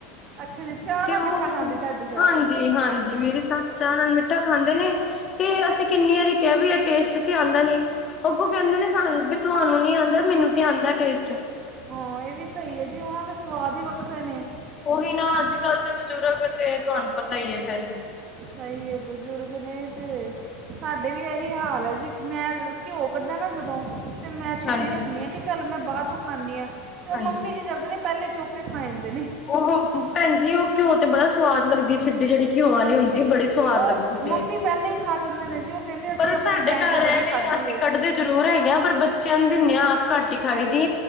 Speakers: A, on the right; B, on the left.
A: ਅੱਛਾ ਜੀ ਚਾਹ ਨਾ
B: ਉਹਨੂੰ
A: ਮਿੱਠਾ ਖਾਂਦੀ ਤੁਹਾਡੀ ਸੱਸ
B: ਹਾਂਜੀ ਤੇ ਹਾਂਜੀ <unintelligible> ਜੀ ਮੇਰੇ ਸੱਸ ਚਾਹ ਨਾਲ ਮਿੱਠਾ ਖਾਂਦੇ ਨੇ ਤੇ ਅਸੀਂ ਕਿੰਨੀ ਵਾਰੀ ਕਿਹਾ ਵੀ ਟੇਸਟ ਤੇ ਆਉਂਦਾ ਨੀ ਅੱਗੋਂ ਕਹਿੰਦੇ ਨੇ ਸਾਨੂੰ ਤੁਹਾਨੂੰ ਨੀ ਆਉਂਦਾ ਮੈਨੂੰ ਤੇ ਆਉਂਦਾ ਟੇਸਟ
A: ਹਾਂ ਇਹ ਵੀ ਸਹੀ ਹੈ ਜੀ ਉਹਨਾਂ ਦੇ ਸਵਾਦ ਹੀ ਵੱਖਰੇ ਨੇ
B: ਉਹੀ ਨਾ ਅੱਜ ਕੱਲ੍ਹ ਦੇ ਬਜ਼ੁਰਗ ਤੇ ਤੁਹਾਨੂੰ ਪਤਾ ਹੀ ਹੈ ਫਿਰ
A: ਸਹੀ ਬਜ਼ੁਰਗ ਨੇ ਤੇ ਸਾਡੇ ਵੀ ਇਹੀ ਹਾਲ ਹੈ ਜੀ ਮੈਂ ਘਿਓ ਕੱਢਾ ਨਾ ਜਦੋਂ ਅਤੇ ਮੈਂ ਛਿੱਡੀ
B: ਹਾਂਜੀ
A: ਰੱਖਣੀ ਹਾਂ ਕਿ ਚੱਲ ਮੈਂ ਬਾਅਦ 'ਚੋਂ ਖਾਨੀ ਹਾਂ ਅਤੇ ਉਹ
B: ਹਾਂਜੀ
A: ਮੰਮੀ ਕੀ ਕਰਦੇ ਨੇ ਪਹਿਲੇ ਚੁੱਕ ਕੇ ਖਾ ਜਾਂਦੇ ਨੇ
B: ਉਹ ਭੈਣਜੀ ਉਹ ਘਿਓ ਤੇ ਬੜਾ ਸਵਾਦ ਲੱਗਦੀ ਏ ਛਿੱਡੀ, ਜਹਿੜੀ ਘਓ
A: ਹਾਂਜੀ
B: ਆਲੀ ਹੁੰਦੀ ਬੜੀ ਸਵਾਦ
A: ਉਹ
B: ਲੱਗਦੀ ਜੇ।
A: ਮੰਮੀ ਪਹਿਲੇ ਹੀ ਖਾ ਜਾਂਦੇ ਨੇ ਜੀ ਉਹ ਕਹਿੰਦੇ ਅਸੀਂ
B: ਪਰ
A: ਆਪਣੇ
B: ਸਾਡੇ
A: ਟਾਈਮ
B: ਘਰ
A: ਤੇ
B: ਐਵੇ
A: ਬੜੀ ਖਾਧੀ
B: ਅਸੀ
A: ਏ
B: ਕੱਢਦੇ ਜ਼ਰੂਰ ਹੈਗੇਆਂ, ਪਰ ਬੱਚੇਆਂ ਨੂੰ ਦਿਨੇ ਆਂ ਆਪ ਘਟ ਈ ਖਾਈ ਦੀ